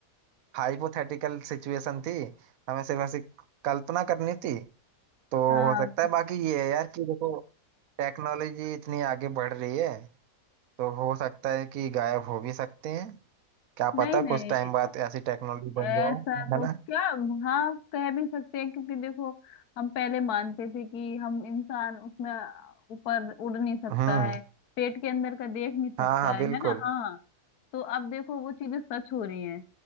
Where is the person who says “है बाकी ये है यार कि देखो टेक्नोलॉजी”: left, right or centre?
Right